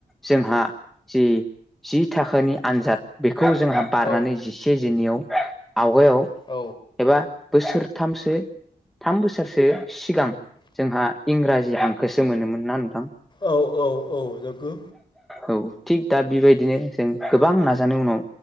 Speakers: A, in the centre; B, on the left.
A: जोंहा जि जि थाखोनि आनजाद बे खौ जोंहा बारनानै
B: औ
A: जिसे जिननैयाव आवगायाव
B: औ
A: एबा बोसोरथामसो थाम बोसोरसो सिगां जोंहा इंराजि हांखोसो मोनोमोन ना नोंथां
B: औ औ औ नंगौ
A: औ थिग दा बेबायदिनो जों गोबां नाजानाय उनाव